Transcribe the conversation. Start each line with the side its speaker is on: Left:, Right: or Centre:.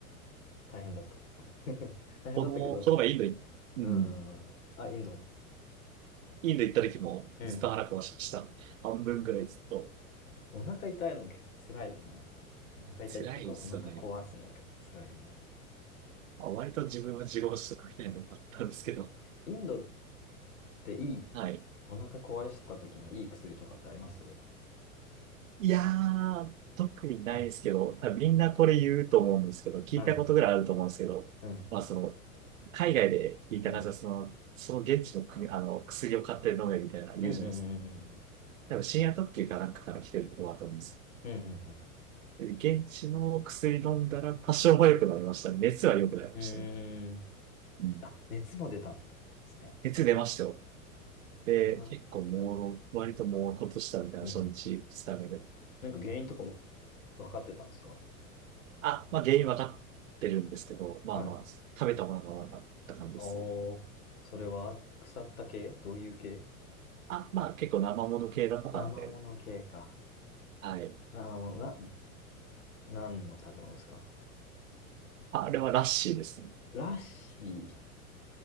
Left: 大変だった。<laughs> 大変だったけど。
Right: 僕も、この前インド行うん、
Left: うん。あ、インドへ。
Right: インド行った時もずっと腹壊しました。
Left: うん。
Right: 半分ぐらいずっと。
Left: お腹痛いの結構辛いよね。お腹痛いっていうか、
Right: 辛いですよね。
Left: お腹壊すの結構辛いよね。
Right: あ割と自分は自業自得みたいなのもあったんですけど。
Left: インドっていい、
Right: はい。
Left: お腹壊した時のいい薬とかってあります
Right: いやー、特にないですけど、
Left: ない。
Right: 多分みんなこれ言うと思うんですけど、聞いたことぐらいあると思うんですけど、
Left: うん、うん、
Right: まあその、海外で聞いた感じは、
Left: うん、うん、
Right: その、その現地の国、あの、薬を買って飲めみたいなの言うじゃないですか。
Left: うん、うん、うん、
Right: 多分深夜特急かなんかから来てることだと思うんです
Left: うん、うん、う
Right: よ。で現地の薬飲んだら多少は良くなりましたね。熱は良くなりましたね。
Left: ん。うーん。
Right: うん。
Left: あ、熱も出たんですね。
Right: 熱出ましたよ。
Left: それは、
Right: で、結構朦朧、
Left: やばい。
Right: 割と朦朧としたみたいな初日、
Left: うん。
Right: 二日目で。
Left: なんか原因とか分かってたんですか
Right: あ、まあ原因分かってるんですけど、まあまあ、
Left: はい。
Right: 食べたものがなかった感じですね。
Left: おー、それは、腐った系どういう系
Right: あ、まあ結構生もの系だったので、
Left: 生もの系か。
Right: はい。
Left: 生もの、な、何の食べ物ですか
Right: ああれはラッシーですね。
Left: ラッシー。